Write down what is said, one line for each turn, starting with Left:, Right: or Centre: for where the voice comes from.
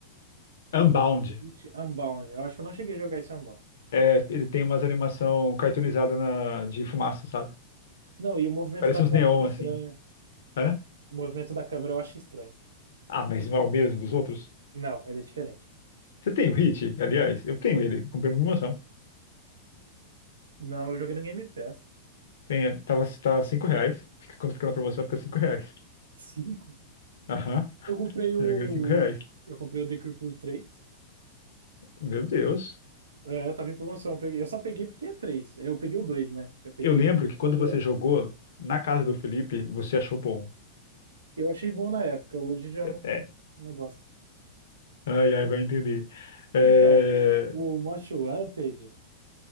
Left: Unbound.
Right: The Pit Unbound. Eu acho que eu não cheguei a jogar esse Unbound.
Left: É, ele tem umas animação cartoonizada na- de fumaça, sabe?
Right: Não, e o movimento
Left: Parece
Right: da
Left: uns
Right: câmera
Left: neon,
Right: é estranho.
Left: assim. Hã?
Right: O movimento da câmera eu acho estranho.
Left: Ah, mas não é o mesmo dos outros?
Right: Não, ele é diferente.
Left: Você tem o Hit? Aliás, eu tenho ele, comprei uma promoção.
Right: Não, eu joguei no Game Pass.
Left: Tem, tava, tá cinco reais. Fica- Quando fica na promoção, fica cinco reais.
Right: Cinco.
Left: Aham,
Right: Eu comprei o.
Left: se não me engano, cinco reais.
Right: Eu comprei o Decree por 3.
Left: Meu Deus.
Right: É, tava em promoção. Eu peguei- eu só peguei porque é 3. Eu peguei o dois, né? Eu peguei
Left: Eu lembro que quando
Right: o 2.
Left: você jogou na casa do Felipe, você achou bom.
Right: Eu achei bom na época. Hoje já não,
Left: É.
Right: não gosto.
Left: Ai, ai, vai entender. É,
Right: Então, o Most Wanted.